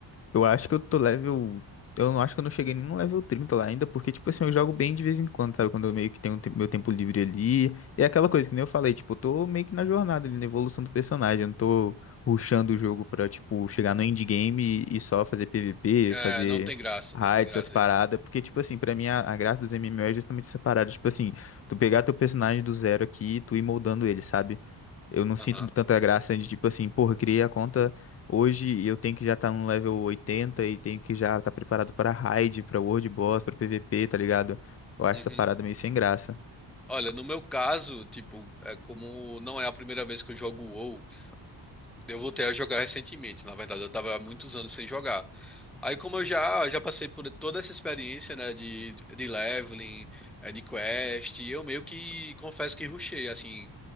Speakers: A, on the left (about 35°); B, in the centre.
A: eu acho que eu tô level. Eu não acho que eu não cheguei nem no level 30 lá ainda, porque, tipo assim, eu jogo bem de vez em quando, sabe? Quando eu meio que tenho um tem- meu tempo livre ali. E é aquela coisa que nem eu falei, tipo, eu tô meio que na jornada ali, na evolução do personagem. Eu não tô rushando o jogo pra, tipo, chegar no endgame e e só fazer PVP,
B: É,
A: fazer
B: não tem graça,
A: raids,
B: não tem graça
A: essas paradas.
B: isso.
A: Porque, tipo assim, pra mim a, a graça dos MMO é justamente essa parada. Tipo assim, tu pegar teu personagem do zero aqui e tu ir moldando ele, sabe? Eu não sinto
B: Aham.
A: tanta graça de, tipo assim, porra, criei a conta. Hoje eu tenho que já estar no level 80 e tenho que já estar preparado para raid, para world boss, para PVP, tá ligado? Eu acho
B: Uhum.
A: essa parada meio sem graça.
B: Olha, no meu caso, tipo, é como não é a primeira vez que eu jogo o WoW, eu voltei a jogar recentemente. Na verdade, eu tava há muitos anos sem jogar. Aí, como eu já, já passei por toda essa experiência, né, de, de leveling, eh, de quest, eu meio que confesso que rushei, assim,